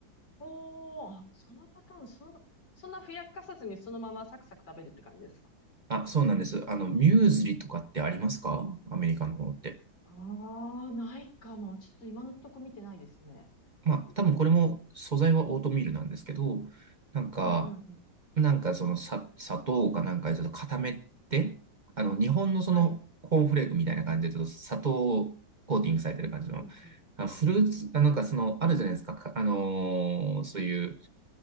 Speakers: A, on the left (about 70°); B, on the right (about 45°).
A: おー、あそのパターン、その、そんなふやかさずにそのままサクサク食べるって感じです
B: あ、そうなんです。あの、ミューズリとかってありますかアメリカの方って。
A: ああ、ないかも。ちょっと今のとこ見てないですね。
B: まあ、多分これも素材はオートミールなんですけど、なんか、
A: うん、うん、うん。
B: なんかそのさ、砂糖かなんかでちょっと固めて、あの、日本のそのコーンフレークみたいな感じでちょっと砂糖コーティングされてる感じの、
A: はい。うん、うん。
B: あフルーツ、あ、なんかその、あるじゃないですか。かあのーそういう、